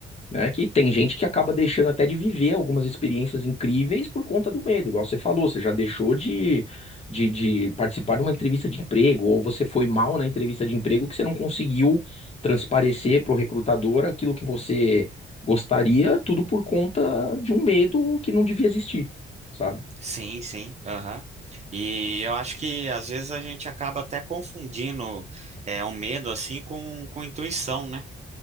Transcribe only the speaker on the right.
sim, sim, aham. E eu acho que às vezes a gente acaba até confundindo é, um medo assim com, com intuição, né?